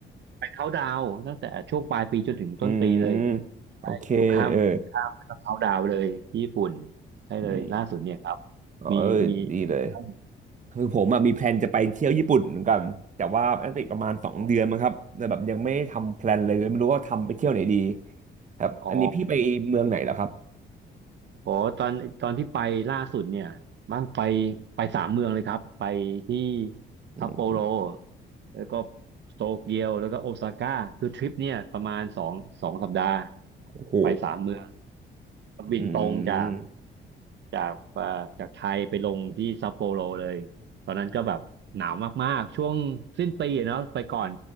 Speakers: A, on the right; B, on the right.
A: ไปเขาดาวน์ตั้งแต่ช่วงปลายปีจนถึงต้นปีเลย
B: อืม
A: ใช่อยู่ข้ามข้ามไปเขาดาวน์เลยที่ญี่ปุ่น
B: โอเคเออ
A: ใช่เลยล่าสุดเนี่ยครับ
B: อืมอ๋อเออดีเลย
A: มีมีเป็นไงบ้าง
B: คือผมอะมีแพลนจะไปเที่ยวญี่ปุ่นเหมือนกันแต่ว่าน่าจะอีกประมาณสองเดือนมั้งครับแต่แบบยังไม่ได้ทำแพลนเลยไม่รู้ว่าทำไปเที่ยวไหนดี
A: อ๋อ
B: ครับอันนี้พี่ไปเมืองไหนแล้วครับ
A: อ๋ออ๋อตอนตอนที่ไปล่าสุดเนี่ยบ้างไปไปสามเมืองเลยครับไปที่
B: อืม
A: ซัปโปโรแล้วก็โตเกียวแล้วก็โอซาก้าคือทริปเนี่ยประมาณสองสองสัปดาห์
B: โอ้โห
A: ไปสามเมือง บินตรงจาก
B: อืม
A: จากเอ่อจากไทยไปลงที่ซัปโปโรเลยตอนนั้นก็แบบหนาวมากๆช่วงสิ้นปีอะเนาะไปก่อน